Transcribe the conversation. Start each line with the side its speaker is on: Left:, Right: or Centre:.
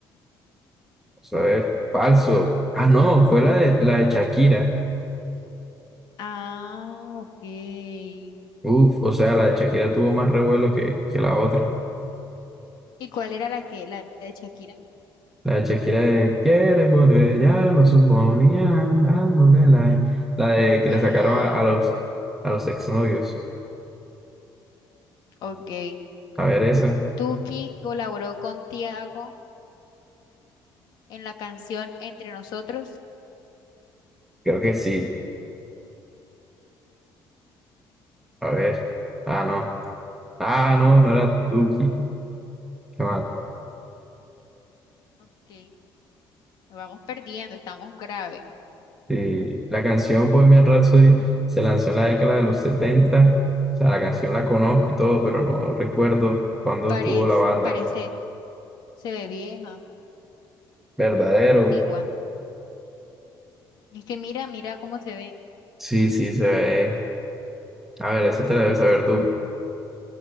Centre: Vamos a ver, falso. Ah, no, fue la de, la de Shakira.
Left: Ah, ok. ¿Y
Centre: Uf, o sea, la de Shakira tuvo más revuelo que, que la otra.
Left: cuál era la que, la de Shakira?
Centre: La de Shakira de quiere volver, ya lo suponía, dándole like. La de que
Left: Ah,
Centre: le sacaron a, a los a los exnovios.
Left: ok.
Centre: A ver esa.
Left: Tuki colaboró con Tiago en la canción Entre Nosotros.
Centre: Creo que sí. A ver. Ah, no. Ah, no, no era Duki. Qué mal.
Left: Ok, vamos perdiendo, estamos grave.
Centre: Sí. La canción pues, Bohemian Rhapsody se lanzó en la década de los 70. O sea, la canción la conozco y todo, pero no recuerdo cuándo
Left: Parece,
Centre: estuvo la banda.
Left: parece, se ve vieja,
Centre: Verdadero.
Left: se ve antigua. Es que mira, mira cómo se ven.
Centre: Sí, sí, se ve. A ver, eso te la debes saber tú.